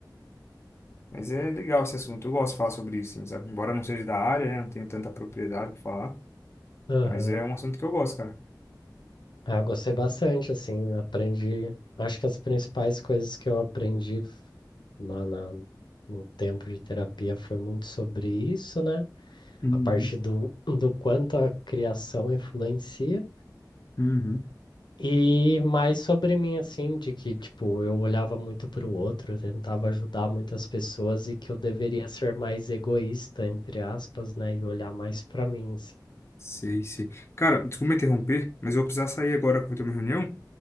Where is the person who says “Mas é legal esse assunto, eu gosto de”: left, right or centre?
Left